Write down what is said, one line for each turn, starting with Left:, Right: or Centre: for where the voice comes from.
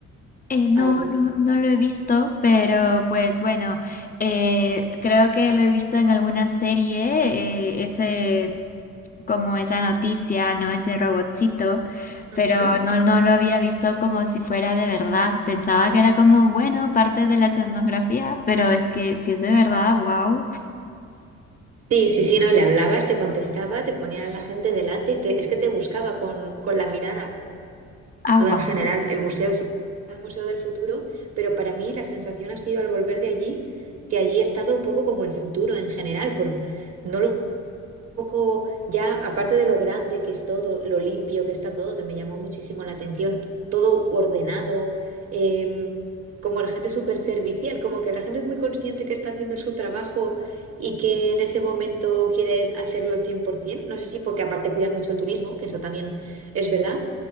Left: Eh, no,
Right: algo.
Left: no, no lo he visto, pero pues bueno, eh, creo que lo he visto en alguna serie, eh, ese, como esa noticia, ¿no? Ese robotcito, pero
Right: Ujú.
Left: no, no lo había visto como si fuera de verdad. Pensaba que era como, bueno, parte de la escenografía, pero es que si es de verdad, wow.
Right: Sí, sí, sí, no, y le hablabas, te contestaba, te ponía a la gente delante y te- es que te buscaba con, con la mirada.
Left: Ah,
Right: en
Left: wow.
Right: general el museo sí es un museo del futuro, pero para mí la sensación ha sido al volver de allí que allí he estado un poco como el futuro en general, por no lo un poco ya aparte de lo grande que es todo, lo limpio que está todo, que me llamó muchísimo la atención, todo ordenado, em, como la gente súper servicial, como que la gente es muy consciente que está haciendo su trabajo y que en ese momento quiere hacerlo al 100%. No sé si porque aparte cuidan mucho el turismo, que eso también es verdad,